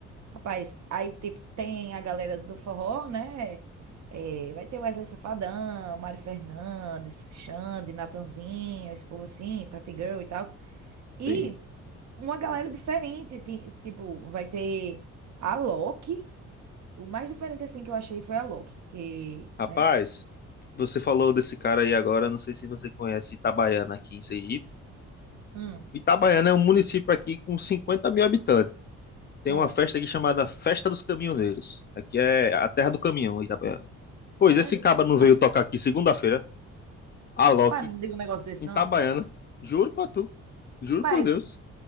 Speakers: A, on the right (about 65°); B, on the left (about 35°).
A: Rapaz, aí tipo tem a galera do forró, né? É, vai ter Wesley Safadão, Mari Fernandes, Xande, Natanzinho, esse povo assim, Tati Girl e tal. E
B: sim
A: uma galera diferente, ti- tipo, vai ter a Loki. O mais diferente, assim, que eu achei foi a Loki, porque,
B: Rapaz,
A: né?
B: você falou desse cara aí agora, não sei se você conhece Itabaiana aqui em Sergipe.
A: Hum.
B: Itabaiana é um município aqui com 50 mil habitantes. Tem
A: Ah,
B: uma festa aqui chamada Festa dos Caminhoneiros. Aqui é a terra do caminhão, Itabaiana. Pois
A: sério?
B: esse cabra
A: Como
B: não
A: não?
B: veio tocar aqui segunda-feira, Alok,
A: Rapaz, não digo um negócio desse,
B: em
A: não.
B: Itabaiana. Juro pra tu. Juro
A: Rapaz,
B: por Deus.